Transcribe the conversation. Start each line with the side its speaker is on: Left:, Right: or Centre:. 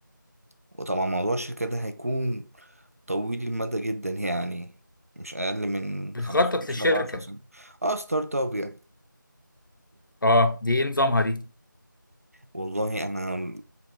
Right: وطبعا موضوع الشركة ده هيكون طويل المدى جدا يعني مش اقل من
Left: بتخطط
Right: 15
Left: للشركه
Right: ل 10 سنة اه ستارت اب يعني
Left: اه دي ايه نظامها دي
Right: والله انا